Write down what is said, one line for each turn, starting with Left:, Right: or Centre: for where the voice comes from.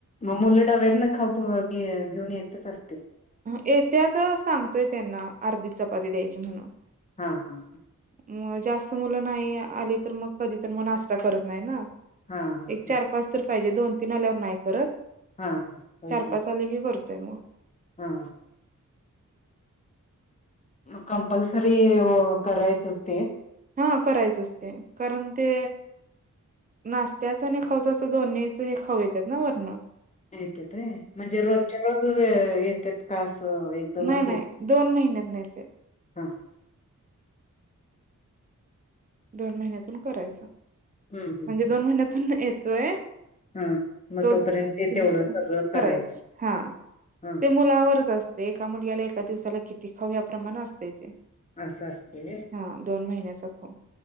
Left: मग मुलं ाव्याेत ना खाप घेऊन येतच असत
Right: येत्यात सांगतोय त्यांना अर्धी चपाती द्यायची म्हणून
Left: हा हां ह
Right: मग जास्त मुलं नाही आली तर मग कधी तर मग नाश्ता करत नाही ना
Left: हा हा
Right: एक
Left: हा.
Right: चार पाच तर पाहिजे दोन तीन आल्यावर नाही करत
Left: हा हा होय
Right: चार पाच आले की करतोय मग
Left: हा कंपल्सरी करायचच ते
Right: हा करायचच ते कारण ते नाष्ट्याचे आणि खाऊच असं दोन्हीच खाऊ येतेत ना वरून
Left: येतेत वय म्हणजे रोजच्या रोज येतेत का असं एकदमच
Right: नाही नाही
Left: येत
Right: दोन महिन्यात येते
Left: हा
Right: दोन महिन्यातून करायच म्हणजे
Left: हम्म हम्म
Right: दोन महिन्यातून येतोय
Left: हम्म हा मग
Right: तो
Left: तोपर्यंत ते
Right: करायच
Left: तेवढं सगळं करायचं
Right: हा
Left: हा
Right: ते मुलावरच असते एका मुलगला एका दिवसाला किती खव्या प्रमाण असतय ते
Left: हा अस असत होय
Right: हा दोन महिन्याचा खाऊ